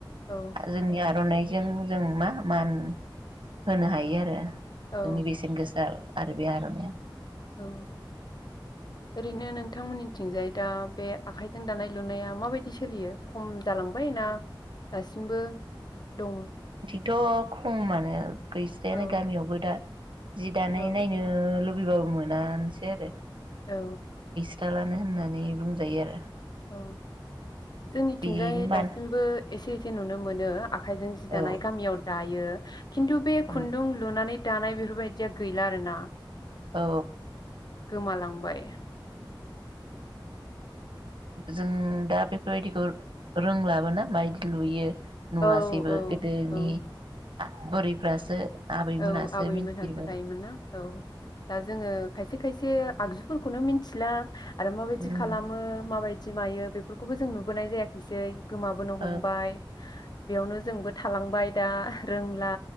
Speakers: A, on the left (about 55°); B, on the right (about 75°).
A: औ
B: जोंनि आरनाइ जों जों मा मान होनो हायो आरो। जोंनि
A: औ
B: बेसेन गोसा आरो बे आरनाया
A: औ ओरैनो नोंथांमोननिथिंजाय दा बे आखाइजों दानाय लुनाया माबायदि सोलियो खम जालांबाय ना दासिम सिमबो दङ।
B: थ खमानो गैस्रायानो
A: औ
B: गामियावबो दा जि दानाय
A: औ
B: नायनो
A: औ
B: लुबैबाबो मोनानोसै आरो।
A: औ।
B: खिथालानो होननानै बुंजायो आरो।
A: औ। जोंनिथिंजाय
B: बेनि मान
A: दासिमबो एसे एसे नुनो मोनो। आखाइजों जि
B: औ
A: दानाय गामियाव दायो <inaudible> खिन्थु बे
B: उम
A: खुन्दुं लुनानै दानाय बेफोरबायदिया गैला आरो ना
B: औ।
A: गोमालांबाय।
B: जों दा बेफोरबायदिखौ रोंलाबोना मायदि लुयो नुवासैबो
A: औ
B: गोदोनि
A: औ
B: बोरैफ्रासो आबैमोनासो
A: औ आबै
B: मिथियोमोन
A: मोनहासो दायोमोन ना औ। दा जोङो खायसे खायसे आगजुफोरखौनो मिनथिला आरो माबायदि
B: उम
A: खालामो माबाय थि मायो बेफोरखौबो जों नुबोनाय जायाखैसै गोमाबोनो हमबाय
B: ओ
A: बेयावनो जोंबो थालांबाय दा रोंला